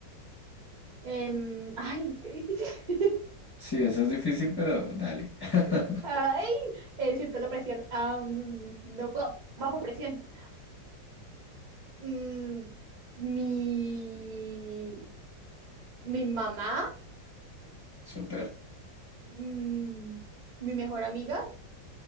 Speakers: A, on the right; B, on the left.
A: em, ay, qué difícil.
B: Sí, eso es difícil, pero dale. <laughs>
A: <laughs> Ay, eh, siento la presión. Am, no puedo, bajo presión. Mm, mi, mi mamá
B: Súper,
A: mm, mi mejor amiga